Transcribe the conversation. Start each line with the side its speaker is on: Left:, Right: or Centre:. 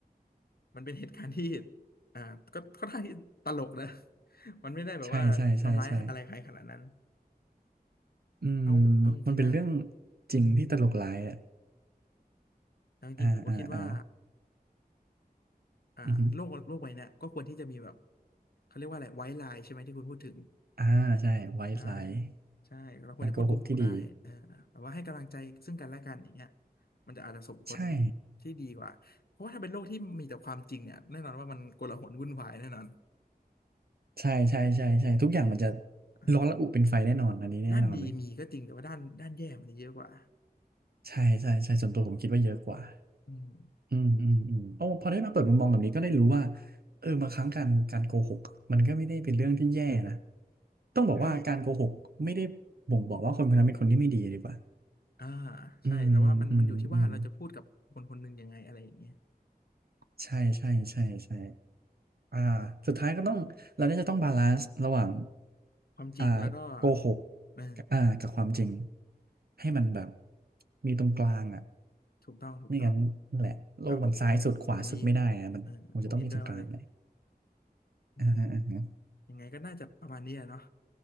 Left: มันเป็นเหตุการณ์ที่อ่าก็ค่อนข้างที่ตลกนะ <laughs> มันไม่ได้แบบว่าทำร้ายอะไรใครขนาดนั้น
Right: ใช่ใช่ใช่ใช่อืม
Left: เอาเอาจริงๆนะ
Right: มันเป็นเรื่อง
Left: อืม
Right: จริงที่ตลกร้ายอ่ะ
Left: เอาจริงๆผมก็คิดว่า
Right: อ่าอ่าอ่า
Left: อ่าโลกโลกใบเนี้ยก็ควรที่จะมีแบบ
Right: อือฮึ
Left: เขาเรียกว่าอะไรไว้ไลน์ใช่ไหมที่คุณพูดถึง
Right: อ่าใช่ไวท์ไลน์
Left: ใช่ใช่เราควรจะพูดโกหกได้เออแต่ว่าให้กำลังใจซึ่งกันและกันอย่างเงี้ย
Right: การโกหกที่ดี
Left: มันจะอาจจะส่งผล
Right: ใช่
Left: ที่ดีกว่าเพราะว่าถ้าเป็นโลกที่มีแต่ความจริงเนี่ยแน่นอนว่ามันโกลาหลวุ่นวายแน่นอน
Right: ใช่ใช่ใช่ใช่ทุกอย่างมันจะ
Left: อ่า
Right: ร้อนระอุเป็นไฟแน่นอนอันนี้แน่นอนเลย
Left: ด้านดีมีก็จริงแต่ว่าด้านด้านแย่มันจะเยอะกว่า
Right: ใช่ใช่ใช่ส่วนตัวผมคิดว่าเยอะกว่า
Left: อืม
Right: อืมอืมอืมโอ้พอได้มาเปิดมุมมองแบบนี้ก็ได้รู้ว่าเออบางครั้งการการโกหกมันก็ไม่ได้เป็นเรื่องที่แย่นะต้องบอกว่าการโกหกไม่ได้บ่งบอกว่าคนคนนั้นเป็นคนที่ไม่ดีดีกว่า
Left: ใช่อ่า
Right: อืมอืมอืม
Left: ใช่แต่ว่ามันมันอยู่ที่ว่าเราจะพูดกับคนคนหนึ่งยังไงอะไรอย่างเงี้ย
Right: ใช่ใช่ใช่ใช่อ่าสุดท้ายก็ต้องเราน่าจะต้องบาลานซ์ระหว่าง
Left: ความจริงแล้วก็
Right: อ่าโกหก
Left: เออ
Right: กับอ่ากับความจริงให้มันแบบมีตรงกลางอ่ะ
Left: ถูกต้องถูกต้อง
Right: ไม่งั้นนั่นแหละโลกมันซ้ายสุดขวาสุดไม่ได้อะมันคงจะต้องมีตรงกลางเลย
Left: อ่าผมอันนี้เออผมเห็นด้วยมาเลยอืม
Right: อ่าฮะ
Left: ยังไงก็น่าจะประมาณนี้อะเนาะ